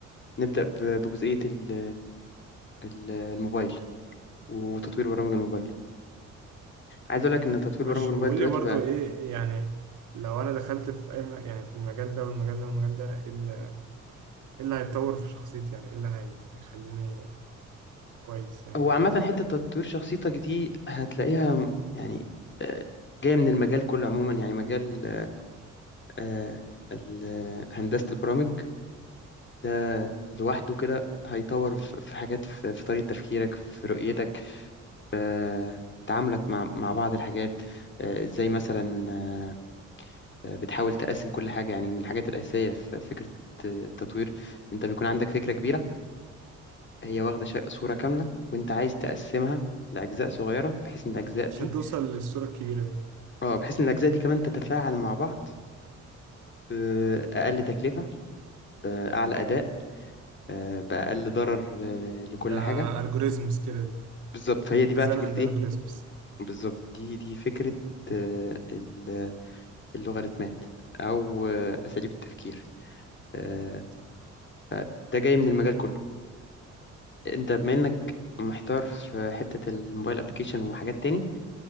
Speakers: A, on the left; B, on the right.
A: نبدأ ب- بجزئية ال- ال- الموبايل وتطوير برامج الموبايل عايز أقول لك إن تطوير
B: ماشي
A: برامج الموبايل
B: وقول
A: دلوقتي
B: لي برضو
A: بقى
B: إيه يعني لو أنا دخلت في أي م- يعني في المجال ده والمجال ده والمجال ده إيه اللي إيه اللي هيتطور في شخصيتي يعني إيه اللي هي- هيخليني كويس يعني
A: هو عامة
B: أكتر
A: حتة تطوير شخصيتك دي هتلاقيها م- يعني آه، جاية من المجال كله عموما يعني مجال آه، ال- هندسة البرامج ده لوحده كده هيطور في في حاجات في في طريقة تفكيرك في رؤيتك في تعاملك مع مع بعض الحاجات آه، ازاي مثلا آه، آه، بتحاول تقسم كل حاجة يعني من الحاجات الأساسية في فكرة التطوير انت بيكون عندك فكرة كبيرة هي واخدة شا- صورة كاملة وانت عايز تقسمها لأجزاء صغيرة بحيث ان الأجزاء دي
B: عشان توصل للصورة الكبيرة دي
A: اه بحيث ان الأجزاء دي كمان تتفاعل مع بعض بأقل تكلفة آه، أعلى أداء آه، بأقل ضرر آه، لكل
B: ده
A: حاجة
B: algorithms كده دي
A: بالظبط فهي دي
B: design
A: بقى فكرة
B: and algorithms
A: ايه بالظبط دي دي فكرة
B: <laughs>
A: آه، ال- اللوغاريتمات أو آه، أساليب التفكير آه،
B: صح
A: آه، ده جاي من المجال كله أنت بما إنك محتار في حتة الموبايل أبليكيشن وحاجات تاني